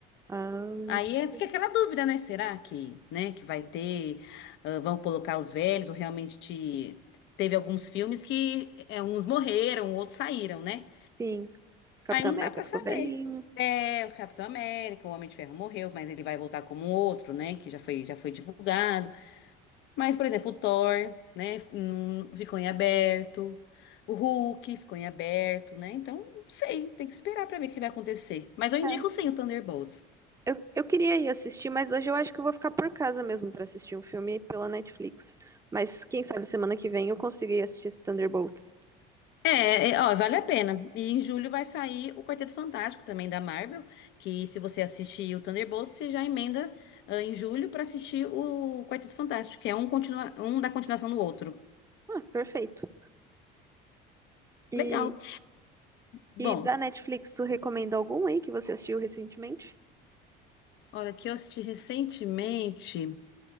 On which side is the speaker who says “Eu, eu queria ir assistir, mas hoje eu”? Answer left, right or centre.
Right